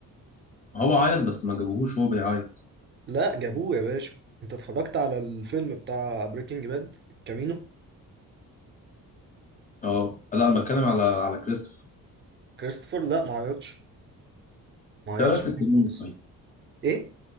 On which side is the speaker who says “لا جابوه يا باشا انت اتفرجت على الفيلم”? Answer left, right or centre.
Right